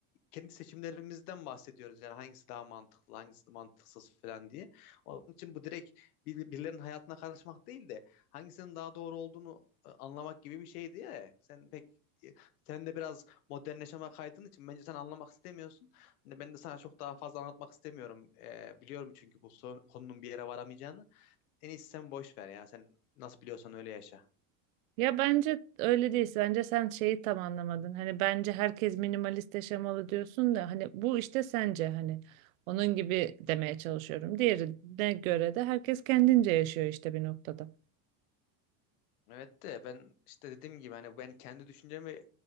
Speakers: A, on the left; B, on the right.
A: kendi seçimlerimizden bahsediyoruz. Yani hangisi daha mantıklı, hangisi mantıksız falan diye. Onun için bu direkt bir- birilerinin hayatına karışmak değil de hangisinin daha doğru olduğunu e, anlamak gibi bir şeydi ya. Sen pek e, sen de biraz modernleşme yaşama kaydığın için bence sen anlamak istemiyorsun. Hani ben de sana çok daha fazla anlatmak istemiyorum. E, biliyorum çünkü bu son- konunun bir yere varamayacağını. En iyisi sen boş ver ya. Sen nasıl biliyorsan öyle yaşa.
B: Ya bence öyle değil. Bence sen şeyi tam anlamadın. Hani bence herkes minimalist yaşamalı diyorsun da hani bu işte sence hani onun gibi demeye çalışıyorum. Diğerine göre de herkes kendince yaşıyor işte bir noktada.
A: Evet de ben işte dediğim gibi hani ben kendi düşüncemi e,